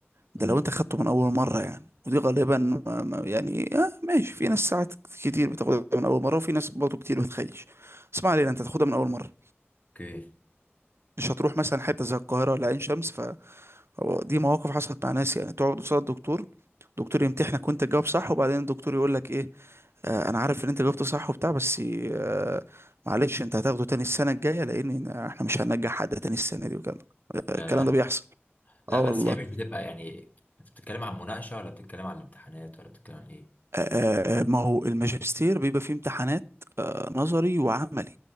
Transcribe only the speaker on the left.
اه
اوكي
لا
لا
بس
هي مش بتبقى يعني انت بتتكلم عن مناقشة ولا بتتكلم عن الامتحانات ولا بتتكلم عن ايه؟